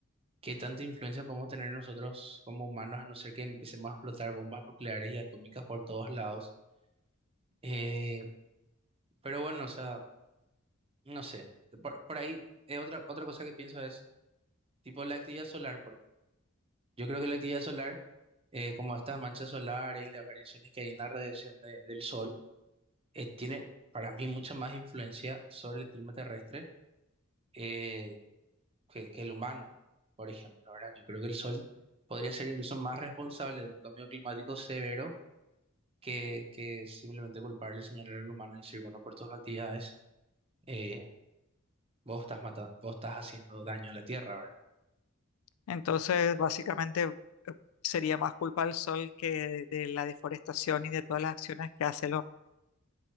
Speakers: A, on the right; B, on the left.
A: qué tanta influencia podemos tener nosotros como humanos, a no ser que empecemos a explotar bombas nucleares y atómicas por todos lados Eh, pero bueno, o sea, no sé. Por, por ahí, eh, otra, otra cosa que pienso es, tipo, la actividad solar. Por, yo creo que la actividad solar, eh, como estas manchas solares y las variaciones que hay en la radiación de- del sol, eh, tiene para mí mucha más influencia sobre el clima terrestre eh, que, que el humano, por ejemplo, ¿verdad? Yo creo que el sol podría ser incluso más responsable de un cambio climático severo que, que simplemente culparle, señalar al humano y decir, bueno, por tus actividades. eh, Vos estás matando, vos estás haciendo daño a la tierra, ¿verdad?
B: entonces, básicamente eh, sería más culpa del sol que de la deforestación y de todas las acciones que hace el hombre.